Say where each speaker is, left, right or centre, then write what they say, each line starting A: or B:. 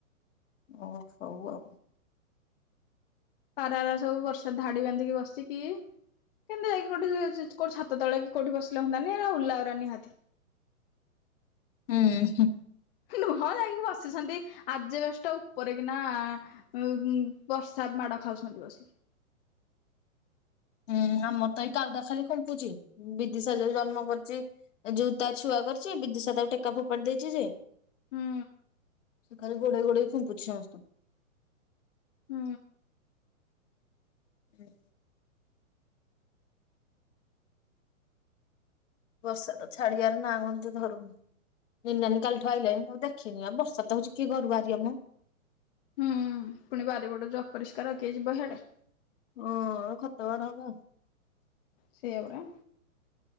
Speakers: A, on the left (about 60°); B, on the left (about 40°).
A: ଓ ହଉ ଆଉ।
B: ପାରାାର ସବୁ ବର୍ଷା ଧାଡି ବାନ୍ଧିକି ବସିଚି କି? କେନ୍ତତାାଇକି ଗୋଟେ କଉଠ ଛ ତଳେ କି କୋଉଠି ବିଲ ହଅନ୍ନ୍ତାନି ନା ଓ ଉଲା ଆଉ ନିହାତି
A: ହୁଁ ହଁ।
B: ନୁହଁ ଯାଇକି ବସିଛନ୍ତି ଆଜ୍ ବେଷ୍ଟ ଉପରେ କିନା? ଉ ବର୍ଷା ମାଡ ଖାଉଛନ୍ତି ବସିକି।
A: ହୁଁ ଆମର ତ ଏଇ କାଉଦା ଖାଲି ଖୁମ୍ଟୁଛି ବିଦିଶ ଯରେ ଜନ୍ମ କରିୁଛି। ଜୋ ତା ଛୁଆ କରିଛି ବିଦିଶା ତାକୁ ଟେକା ଫୋପାଡି ଦେଇଛି ଯେ।
B: ହୁଁ
A: ସେ ଖାଲି ଗୋଡେଇ ଗୋଡେଇ ଖୁମ୍ପୁଛି ସମସ୍ତେଙ୍କୁ।
B: ହୁଁ।
A: ହୁଁ। ବର୍ଷା ତ ଛାଡିଆର ନାଁ ଗନ୍ଧ ଧରୁନି। <unintelligible> ନାନୀ କାଲିଠୁ ଆଇଲାଣିି ଦେଖିନି ଆଉ ବର୍ଷା ତ ହଉଛି କିଏ ଘରୁ ବାହାରିବ ମ।
B: ହୁଁ ପୁଣି ବାରିପଟ ଯୋଉ ଅପରିଷ୍କାର କିଏ ଯିବ ସିଆଡେ।
A: ହଁ ଖତ ବାଡ <unintelligible>
B: ସେଇଆ ପରା।